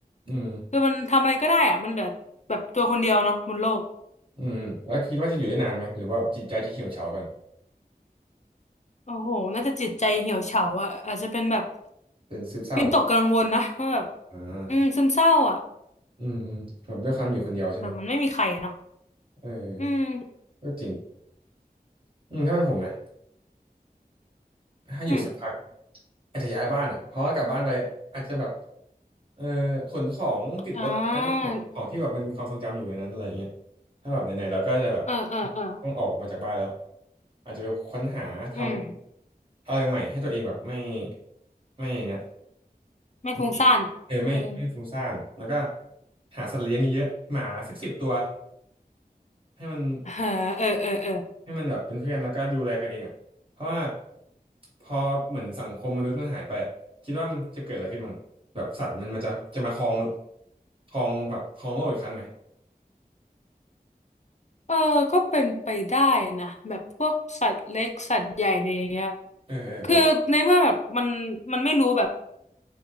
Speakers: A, on the right; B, on the left.
A: อืม
B: คือมันทำอะไรก็ได้อะมันเหลือแบบตัวคนเดียวเนาะบนโลก
A: อืมแล้วคิดว่าจะอยู่ได้นานไหมหรือว่าจิตใจจะเหี่ยวเฉาก่อน
B: โอ้โหน่าจะจิตใจเหี่ยวเฉาอะอาจจะเป็นแบบ
A: เป็นซึมเศร้าเหรอ
B: วิตกกังวลนะว่าแบบ
A: อ่า
B: อืมซึมเศร้าอะ
A: อืมอืมแบบด้วยความอยู่คนเดียวใช่ไหม
B: แบบมันไม่มีใครเนาะ
A: เออ
B: อืม
A: ก็จริงอืมถ้าเป็นผมนะ ถ้าอยู่สักพัก
B: อืม
A: อาจจะย้ายบ้านอ่ะเพราะว่ากลับบ้านไปอาจจะแบบเออขนของติดรถมานะแบบของที่แบบมันมีความทรงจำอยู่ในนั้นอะไรเงี้ย
B: อ่า
A: ถ้าแบบไหนๆเราก็จะแบบ
B: เออเออเออ
A: ต้องออกมาจากบ้านแล้วอาจจะไปค้นหาท
B: อืม
A: ำอะไรใหม่ให้ตัวเองแบบไม่ไม่เนี่ย
B: ไม่ฟุ้งซ่าน
A: ไม่เออไม่ไม่ฟุ้งซ่านแล้วก็
B: เออ
A: หาสัตว์เลี้ยงเยอะๆหมาสักสิบตัวให้มัน
B: เออเออเออเออ
A: ให้มันแบบเป็นเพื่อนแล้วก็ดูแลกันเองอ่ะเพราะว่าพอเหมือนสังคมมนุษย์มันหายไปอ่ะคิดว่ามันจะเกิดอะไรขึ้นบ้างแบบสัตว์มันมันจะจะมาครองครองแบบครองโลกอีกครั้งไหม
B: เออก็เป็นไปได้นะแบบพวกสัตว์เล็กสัตว์ใหญ่อะไรอย่างเงี้ย
A: เออเออเออ
B: คือในเมื่อแบบมันมันไม่รู้แบบ